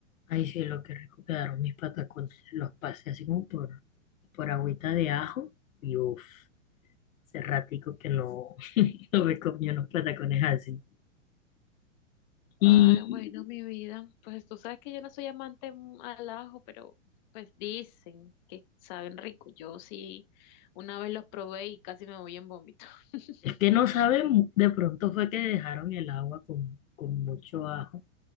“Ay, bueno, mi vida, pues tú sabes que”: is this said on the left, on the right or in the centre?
Left